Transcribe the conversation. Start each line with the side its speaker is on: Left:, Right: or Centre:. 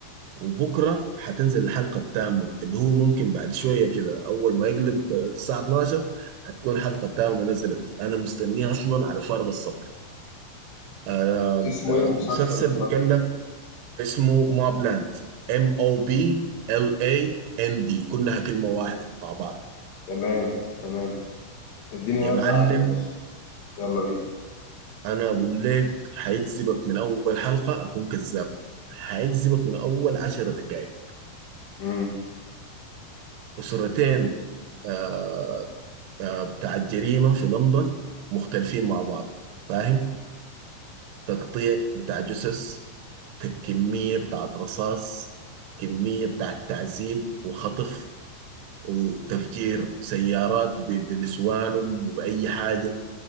Right: وبكره حتنزل الحلقه الثامنه اللي هو ممكن بعد شويه كده اول ما يقلب آه، الساعه 12 هتكون الحلقه الثامنه نزلت انا مستنيها اصلا على فارغ الصبر آه،
Left: اسمه
Right: آه،
Left: ايه المسلسل
Right: المسلسل
Left: ده
Right: بيتكلم
Left: طيب
Right: اسمه موب لاند ام او بي ال اي ان دي كلها كلمه واحده مع بعض
Left: تمام تمام اديني
Right: يا
Left: نبذه
Right: معلم
Left: عنه يا باشا يلا بينا
Right: انا اقول لك هيجذبك من اول حلقه اكون كذاب هيجذبك من اول عشر دقائق
Left: امم
Right: اسرتين آه، آه، بتاع الجريمه في لندن مختلفين مع بعض فاهم تقطيع بتاع جثث كميه بتاعت رصاص كميه بتاعت تعذيب وخطف وتفجير سيارات ب- بنسوانهم وبأي حاجة